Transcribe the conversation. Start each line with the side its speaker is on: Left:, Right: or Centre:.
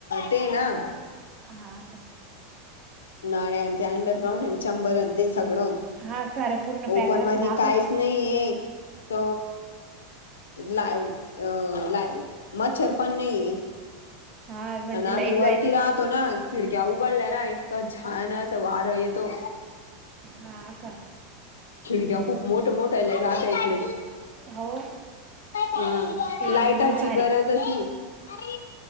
Left: ते ना
Right: हा का?
Left: नाले आणि ते अंडरग्राउंड चंबर ते सगळं
Right: हा सारं पूर्ण पॅक
Left: ओपन
Right: राहतं
Left: मध्ये
Right: ना आपलं
Left: काहीच नाही ये त.. ला ला मच्छर पण नाही
Right: हा म्हणजे
Left: आणि आम्ही
Right: लाईट
Left: वरती
Right: जायच
Left: राहतो ना खिडक्या उघडल्या ना इतका छान अस वार येतो
Right: हा का?
Left: खिडक्या खूप मोठ मोठ्यालाय राहत इकडे
Right: हो
Left: हा
Right: ते
Left: लाइटाची
Right: मग भारी
Left: गरजच नाही